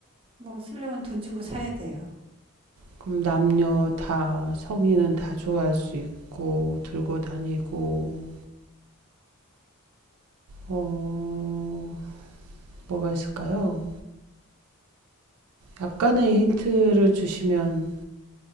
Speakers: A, on the right; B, on the right.
A: 뭐 쓰려면 돈 주고 사야 돼요.
B: 그럼 남녀 다, 성인은 다 좋아할 수 있고, 들고 다니고, 어, 뭐가 있을까요? 약간의 힌트를 주시면,